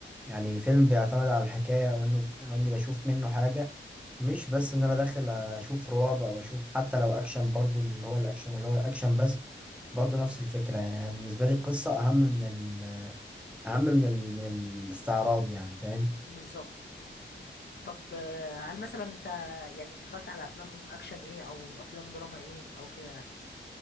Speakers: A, in the centre; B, on the left.
A: يعني فيلم بيعتمد على الحكاية أو إنه أو إني بشوف منه حاجة مش بس إن أنا داخل أشوف رعب أو أشوف حتى لو أكشن برضو اللي هو الأكشن اللي هو أكشن بس برضو نفس الفكرة يعني بالنسبة لي القصة أهم من ال اهم من ال... من الاستعراض يعني فاهم
B: بالظبط طب آه، هل مثلا انت يعني اتفرجت على افلام اكشن ايه او افلام دراما ايه او كده يعني